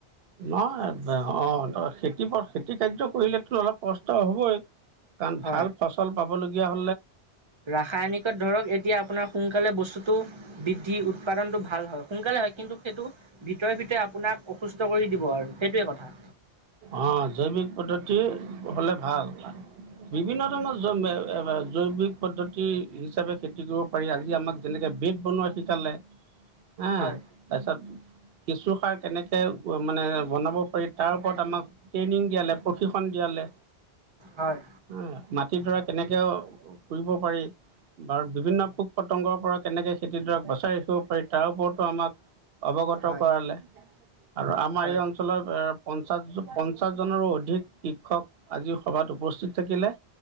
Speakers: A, on the right; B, on the right.
A: নহয় অ খেতিথ খেতি কাৰ্য কৰিলেতো অলপ কষ্ট হ'বই কাৰণ
B: হয়
A: ভাল ফচল পাবলগীয়া হয়
B: ৰাসায়নিকত ধৰক এতিয়া আপোনাৰ সোনকালে বস্তুতটো বৃদ্ধি উৎপাদনটো ভাল হয় সোনকালে হয় কিন্তু সেইটো ভিতৰে ভিতৰে আপোনাক অসুস্থ কৰি দিব আৰু সেইটোৱে কথা
A: অ জৈৱিক পদ্ধতি হ'লে ভাল বিভিন্ন ধৰণৰ জৈ জৈৱিক পদ্ধতি হিচাপে খেতি কৰিব পাৰি আজি আমাক যেনেকে বিট বনোৱা চ চালে হা
B: হয়
A: তাৰপিছত কিচু সাৰ কেনেকে মানে বনাব পাৰি তাৰ ওপৰত আমাক ট্ৰেইনিং দিয়ালে প্ৰশিক্ষণ দিয়ালে
B: হয়
A: খ দৰা কেনেকেও ফুৰিব পাৰি বা বিভিন্ন
B: হয়
A: পোক পতংগৰ পৰা কেনেকে খেতিডৰক বচাই ৰাখিব পাৰি তাৰ ওপৰতো আমাক অৱগত
B: হয়
A: কৰালে আৰু আমাৰ
B: হয়
A: এই অঞ্চলৰ পঞ্চাছ পঞ্চাছজনৰো অধিক শিক্ষক আজি সভাত উপস্থিত থাকিলে